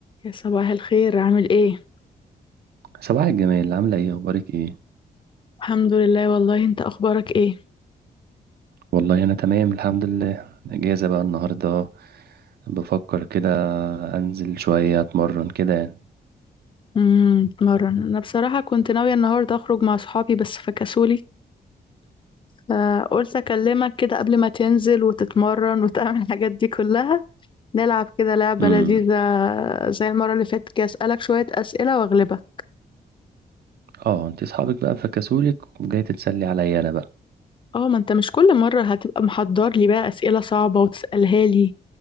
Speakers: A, on the left; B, on the right.
A: يا صباح الخير عامل ايه
B: صباح الجمال عاملة ايه اخبارك ايه
A: الحمد لله والله انت اخبارك ايه
B: والله انا تمام الحمد لله اجازة بقى النهاردة بفكر كده انزل شوية اتمرن كده يعني
A: امم بتمرن انا بصراحه كنت ناويه النهارده اخرج مع صحابي بس فكسولي فقلت اكلمك كده قبل ما تنزل وتتمرن وتعمل الحاجات دي كلها نلعب كده لعبه
B: امم
A: لذيذه زي المره اللي فاتت كده اسالك شويه اسئله واغلبك
B: اه انت اصحابك بقى فكسولك وجاي تتسلي عليا انا بقى
A: اه ما انت مش كل مره هتبقى محضر لي بقى اسئله صعبه وتسالها لي